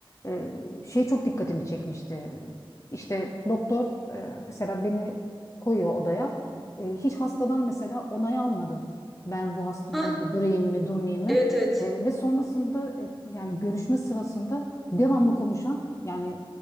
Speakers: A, on the left (about 35°); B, in the centre.
A: E, şey çok dikkatimi çekmişti. İşte doktor e, mesela beni koyuyor odaya. E, hiç hastadan mesela onay almadı. Ben bu hasta
B: Hah,
A: burada durayım mı, durmayayım mı?
B: evet evet.
A: E, ve sonrasında e, yani görüşme sırasında devamlı konuşan yani